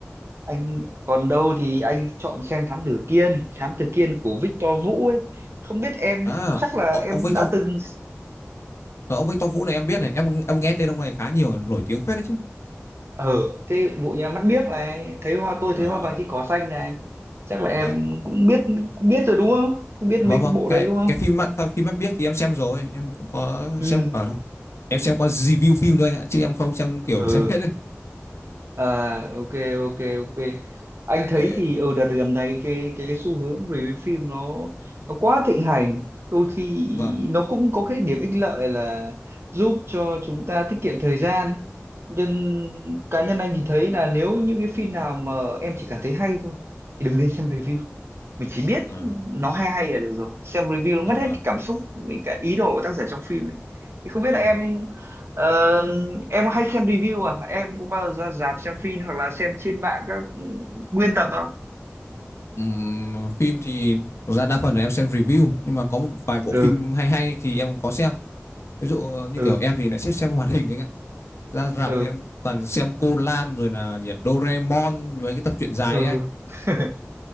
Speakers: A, on the right; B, on the left.
A: anh còn đâu thì anh chọn xem Thám Tử Kiên Thám Tử Kiên của Victor Vũ ấy không biết em
B: À,
A: chắc là
B: ô-
A: em
B: ông Victor
A: đã từng
B: ờ, ông Victor Vũ này em biết này, em em nghe tên ông này khá nhiều, nổi tiếng phết đấy chứ.
A: ở cái bộ nhà mắt biếc này thấy hoa tôi
B: À,
A: thấy hoa vàng trên cỏ xanh này chắc là em
B: vâng.
A: cũng biết cũng biết rồi đúng không cũng biết
B: Vâng
A: mấy
B: vâng,
A: cái bộ
B: cái
A: đấy đúng không
B: cái phim mặn phim mắt biếc thì em xem rồi, em cũng có
A: ừ
B: xem ở đâu. Em xem qua review phim thôi anh ạ, chứ em không xem kiểu
A: ừ
B: xem hết đấy.
A: À, ok ok ok anh thấy
B: Thế-
A: thì ở đợt gần đây cái cái cái xu hướng review phim nó nó quá thịnh hành đôi khi
B: Vâng.
A: nó cũng có cái điểm ích lợi là giúp cho chúng ta tiết kiệm thời gian nhưng cá nhân anh thì thấy là nếu những cái phim nào mà em chỉ cảm thấy hay thôi thì đừng nên xem review mình chỉ biết
B: À,
A: nó hay hay là được rồi xem review nó
B: dạ
A: mất
B: vâng.
A: hết cái cảm xúc với cả ý đồ của tác giả trong phim ấy. thì không biết
B: Vâng.
A: là em ờ, em có hay xem review à em có bao giờ ra rạp xem phim hoặc là xem trên mạng các nguyên tập không
B: Ừm, phim thì thực ra đa phần là em xem review nhưng mà có một vài bộ
A: ừ
B: phim hay hay thì em cũng có xem ví dụ ờ, như
A: ừ
B: kiểu em thì lại thích xem hoạt hình anh ạ ra rạp
A: ừ
B: thì em toàn xem Cô Lan rồi là gì ạ, Doraemon mấy cái tập truyện dài
A: ừ
B: ấy anh
A: <laughs>